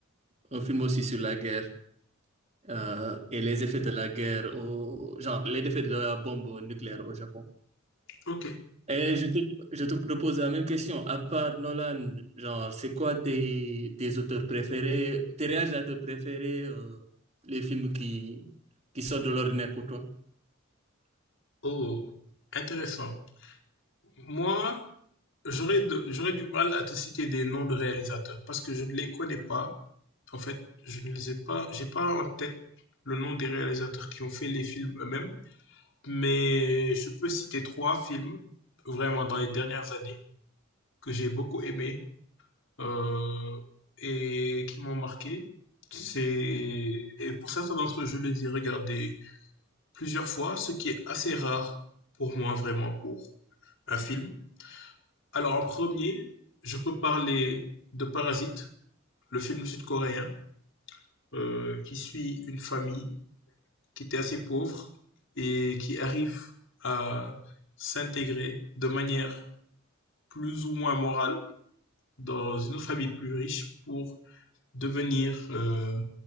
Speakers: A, on the right; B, on the left.
A: un film aussi sur la guerre euh, et les effets de la guerre, au, genre les effets de la bombe nucléaire au Japon.
B: ok.
A: Et je te, je te propose la même question. À part Nolan, genre, c'est quoi tes, tes auteurs préférés, tes réalisateurs préférés, euh, les films qui, qui sortent de l'ordinaire pour toi?
B: Oh, intéressant. Moi, J'aurais de j'aurais du mal à te citer des noms de réalisateurs parce que je ne les connais pas. En fait, je ne les ai pas j'ai pas en tête le nom des réalisateurs qui ont fait les films eux-mêmes, mais je peux citer trois films vraiment dans les dernières années que j'ai beaucoup aimés euh, et qui m'ont marqué. C'est et pour certains d'entre eux, je les ai regardés plusieurs fois, ce qui est assez rare pour moi vraiment pour un film. Alors en premier, je peux parler de Parasite le film sud-coréen euh, qui suit une famille qui était assez pauvre et qui arrive à s'intégrer de manière plus ou moins morale dans une autre famille plus riche pour devenir euh,